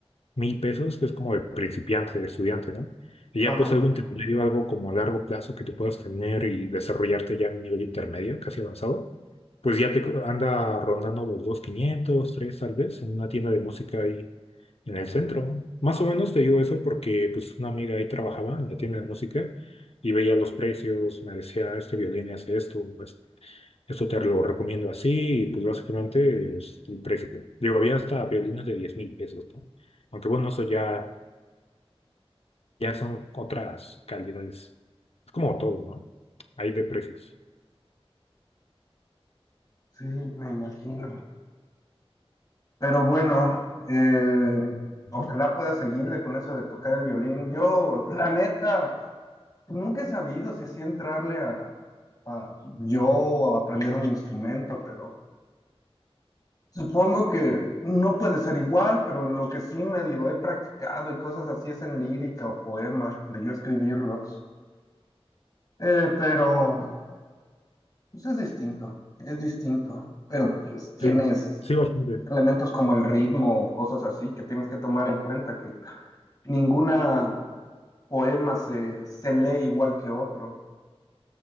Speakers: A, on the left; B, on the left.
A: mil pesos, que es como de principiante, de estudiante, ¿no? Y
B: ajá.
A: ya pues algo intermedio, algo como a largo plazo que tú puedas tener y desarrollarte ya a un nivel intermedio, casi avanzado, pues ya te co- anda rondando los dos mil quinientos 3 tal vez, en una tienda de música ahí en el centro. Más o menos te digo eso porque pues una amiga ahí trabajaba en la tienda de música y veía los precios, me decía, este violín hace esto, pues, eso te lo recomiendo así, y pues básicamente es el precio. Digo, había hasta violines de diez mil pesos, ¿no? Aunque bueno, eso ya, ya son otras calidades. Es como todo, ¿no? Hay de precios.
B: Sí, me imagino. Pero bueno, eh,
A: Ujú.
B: ojalá pueda seguirle con eso de tocar el violín. Yo, la neta, pues nunca he sabido si sí entrarle a, a yo a aprender un instrumento, pero Supongo que no puede ser igual, pero lo que sí medio he practicado y cosas así es en lírica o poema, de yo escribirlos. Eh, pero pues es distinto, es distinto. Pero pues tienes
A: Sí, sí, bastante.
B: elementos como el ritmo, cosas así que tienes que tomar en cuenta que ninguna poema se, se lee igual que otro.